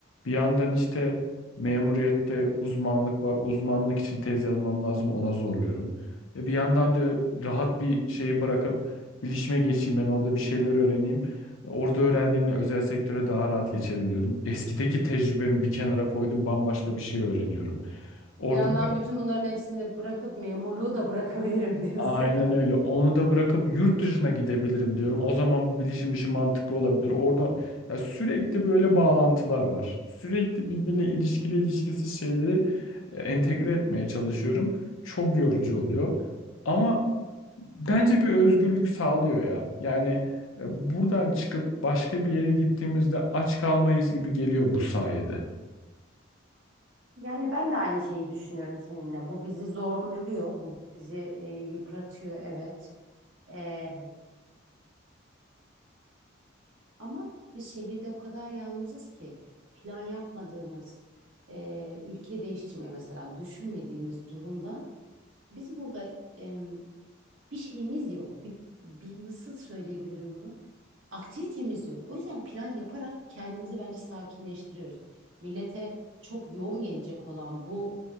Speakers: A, on the left; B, on the right.
A: Bir yandan işte memuriyette uzmanlık var. Uzmanlık için tez yazmam lazım. Ona zorluyorum. E bir yandan da rahat bir şeyi bırakıp bilişime geçeyim. Ben orada bir şeyler öğreneyim. Orada öğrendiğimle özel sektöre daha rahat geçerim diyordum. Eskideki tecrübemi bir kenara koydum. Bambaşka bir şey öğreniyorum.
B: Bir
A: Orada
B: yandan bütün bunların hepsini bırakıp memurluğu da bırakabilirim <laughs> diyorsun.
A: Aynen öyle. Onu da bırakıp yurt dışına gidebilirim diyorum. O zaman bu bilişim işi mantıklı olabilir. Orada ya sürekli böyle bağlantılar var. Sürekli birbiriyle ilişkili ilişkisiz şeyleri e, entegre etmeye çalışıyorum. Çok yorucu oluyor. Ama bence bir özgürlük sağlıyor ya. Yani e, buradan çıkıp başka bir yere gittiğimizde aç kalmayız gibi geliyor bu sayede.
B: Yani ben de aynı şeyi düşünüyorum seninle. Bu bizi zorluyor, bu bizi e, yıpratıyor, evet. Ee, ama biz şehirde o kadar yalnızız ki plan yapmadığımız, e, ülke değiştirme mesela düşünmediğimiz durumda biz burada em, bir şeyimiz yok. Bir, bir nasıl söyleyebilirim bunu? Aktivitemiz yok. O yüzden plan yaparak kendimizi bence sakinleştiriyoruz. Millete çok yoğun gelecek olan bu